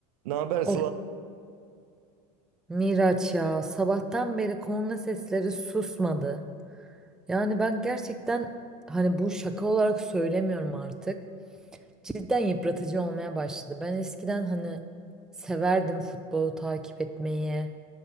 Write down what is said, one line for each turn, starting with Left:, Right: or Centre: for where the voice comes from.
Right: Ne haber Sıla?
Centre: Of Miraç ya sabahtan beri korna sesleri susmadı. Yani ben gerçekten hani bu şaka olarak söylemiyorum artık. Cidden yıpratıcı olmaya başladı. Ben eskiden hani severdim futbolu takip etmeyi.